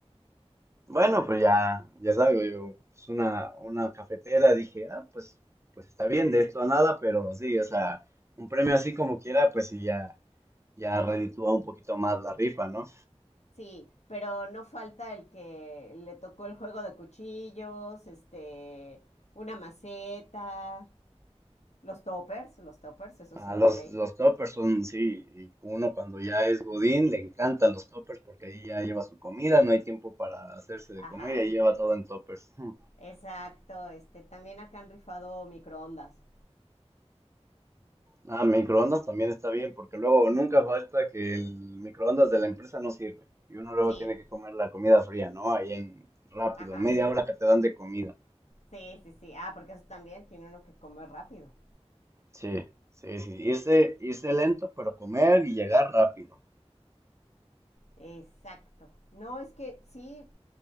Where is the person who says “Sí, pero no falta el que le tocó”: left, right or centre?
Left